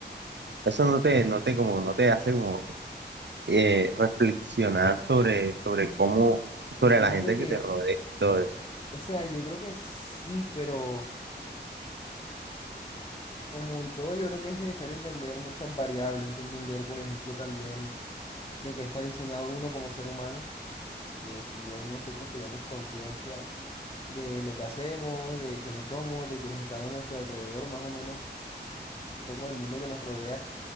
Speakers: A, on the right; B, on the left.
A: Eso no te, no te, como, no te hace como eh, reflexionar sobre, sobre cómo, sobre
B: sí, fíjate
A: la gente
B: que,
A: que te rodea y todo eso.
B: o sea, yo creo que sí, pero como en todo, yo creo que es necesario entender muchas variables. Hay que entender, por ejemplo, también de qué está diseñado uno como ser humano, que si bien nosotros tenemos conciencia de lo que hacemos, de quiénes somos, de quienes están a nuestro alrededor, más o menos un poco del mundo que nos rodea,